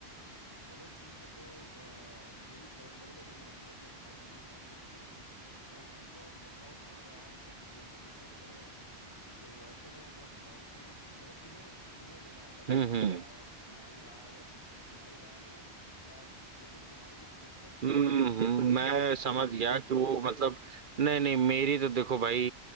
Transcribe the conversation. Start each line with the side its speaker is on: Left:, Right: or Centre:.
Left: चलो ठीक है तो एक्सयूवी सेवन डबल ओ भी मेरे ख्याल से अट्ठाईस उनतीस लाख तक पड़ेगी और हाई क्रॉस का टॉप मॉडल अराउंड थर्टी फोर थर्टी फाइव पड़ेगा तो ऐसे में मैं समझता हूँ कि अगर तुम्हें तुम्हें लेना होता
Right: हम्म
Left: तुम्हारी
Right: हम्म
Left: राय तुम्हारी राय या तुम तुम्हारी राय में और या फिर तुम्हारी जो प्रेफरेंस
Right: हम्म,
Left: क्या होती इन दोनों
Right: हम्म, मैं
Left: इन दोनों गाड़ियों
Right: समझ
Left: के
Right: गया
Left: बीच में
Right: कि वो मतलब नहीं नहीं मेरी तो देखो भाई